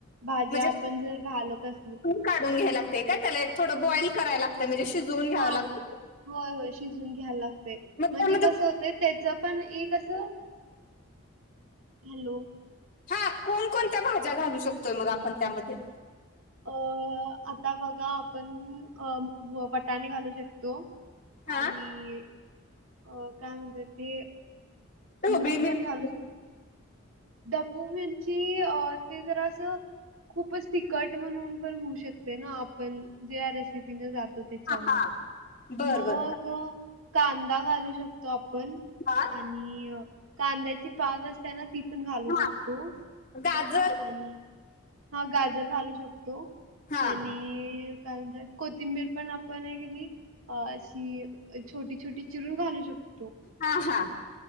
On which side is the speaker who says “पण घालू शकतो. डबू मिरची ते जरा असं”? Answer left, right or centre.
Right